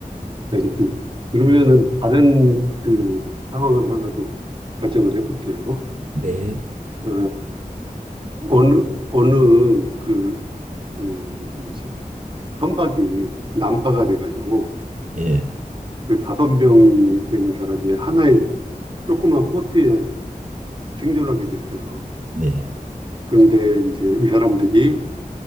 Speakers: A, on the right (about 35°); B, on the right (about 55°).
A: 알겠습니다. 그러면은 다른 그 상황을 하나 더 가정을 해볼게요.
B: 네,
A: 어, 어느, 어느, 그, 음, 뭐지, 선박이 난파가 돼가지고,
B: 예,
A: 그 다섯 명이 되는 사람이 하나의 조그만 보트에 생존하게 됐어요.
B: 네.
A: 그런데 이제 이 사람들이,